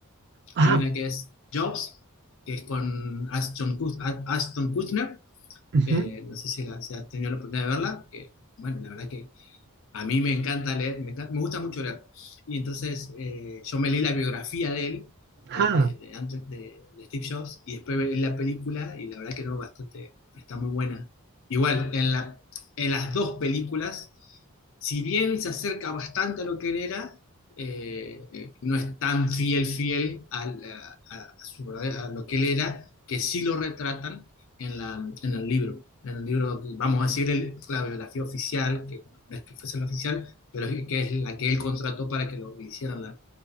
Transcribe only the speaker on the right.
Ah,
ujú,
ah,